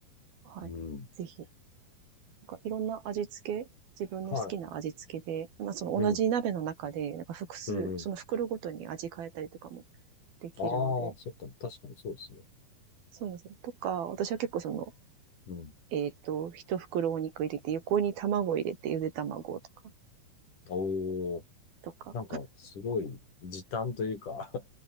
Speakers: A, on the right (about 75°); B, on the left (about 55°).
A: はい。
B: うん。
A: ぜひ。なんかいろんな味付け、自分の好きな味付けで、
B: は
A: まあその同じ鍋の中で、
B: い。うん。
A: なんか複数、
B: うん。
A: その袋ごとに味変えたりとかもできるので、
B: ああ、そっか。確かにそうですね。
A: そうなんですよ。とか、私は結構その、
B: うん。
A: えっと、一袋お肉入れて、横に卵入れて、ゆで卵とか、
B: おお。
A: とか。
B: なんか、すごい時短というか <laughs>